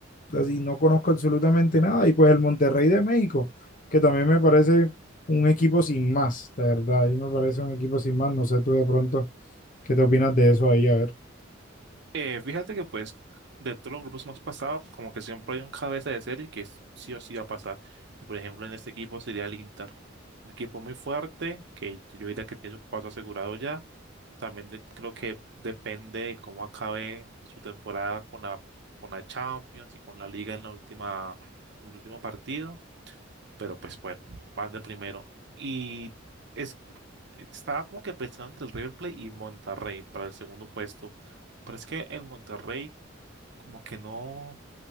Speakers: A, on the left; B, on the right.
A: así no conozco absolutamente nada. Y pues el Monterrey de México, que también me parece un equipo sin más, de verdad, ahí me parece un equipo sin más. No sé tú de pronto qué te opinas de eso ahí, a ver.
B: Eh, fíjate que pues de todos los grupos que hemos pasado, como que siempre hay un cabeza de serie que es- sí o sí va a pasar. Y, Por ejemplo, en este equipo sería el Inter, un equipo muy fuerte que yo diría que tiene su paso asegurado ya. También de- creo que depende de cómo acabe su temporada con la, con la Champions y con la Liga en la última, en el último partido pero pues bueno, van del primero. Y es, estaba como que pensando entre el River Plate y Monterrey para el segundo puesto, pero es que el Monterrey como que no,